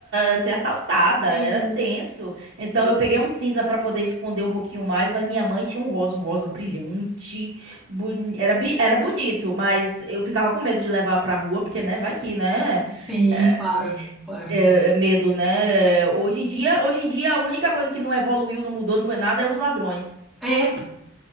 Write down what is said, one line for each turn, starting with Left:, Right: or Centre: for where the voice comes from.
Right: eh, ser assaltada, era
Centre: Sim,
Right: tenso. Então
Centre: sim,
Right: eu peguei um cinza para poder esconder um pouquinho mais, mas minha mãe tinha um rosa, um rosa brilhante, boni- era bi- era bonito, mas eu ficava com medo de levar pra rua, porque né, vai que, né?
Centre: Sim,
Right: É,
Centre: claro, claro.
Right: é, é medo, né? Hoje em dia, hoje em dia a única coisa que não evoluiu, não mudou, não foi nada, é os ladrões.
Centre: É,